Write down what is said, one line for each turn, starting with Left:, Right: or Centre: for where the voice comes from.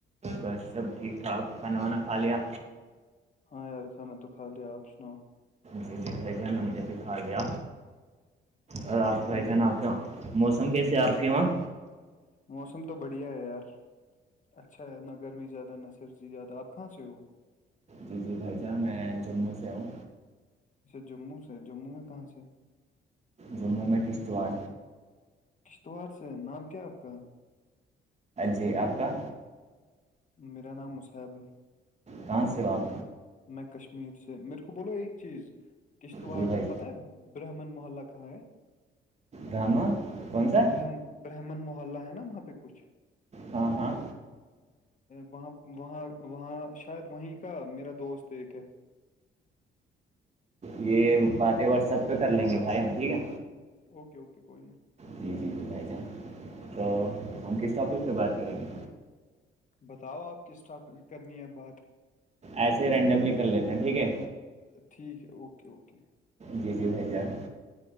Right: بس سب ٹھیک ٹھاک کھانا وانا کھا لیا
Left: ہاں یار کانا تو کا لیا آپ سناؤ
Right: جی جی ہے مجھے دکھا گیا اور آپ پہچانا
Left: ہاں جی
Right: آپ کے وہاں موسم کیسے ہے آپ کے وہاں
Left: موسم تو بڑھیا ہے یار اچھا نہ گرمی زیادہ نہ سرزی زیادہ آپ کہاں سے ہو
Right: جی جی بھائی جان میں جموں سے آؤوں
Left: اچھا جموں سے جموں میں کہاں سے
Right: جموں میں کشتوا
Left: کشتوڑ سے نام کیا آپ کا
Right: جی آپ کا
Left: میرا نام مصیب ہے
Right: کہاں سے آپ
Left: میں کشمیر سے میرے کو بولو ایک چیز کشتواڑ
Right: جی بھائی
Left: میں پتہ ہے برہمن محللہ کہاں ہیں ہے
Right: گاما کون سا
Left: برہم برہمن محلہ ہے نا وہاں پہ کچھ
Right: ہاں ہاں
Left: وہاں وہاں وہاں شاید وہیں کا میرا دوست ایک ہے
Right: یہ باتیں واٹسپ پہ کر لیں گے بھائی ہم ٹھیک ہے
Left: اوکے اوکے کوئی نہیں
Right: جی جی جی بھائی جان تو ہم کس ٹاپک پہ بات کریں گے
Left: بتاؤ آپ کس ٹاپ کرنی ہے بات
Right: ایسے رینڈملی کر لیتے ہیں ٹھیک ہے
Left: ٹھیک ہے اوکے اوکے
Right: جی جی جان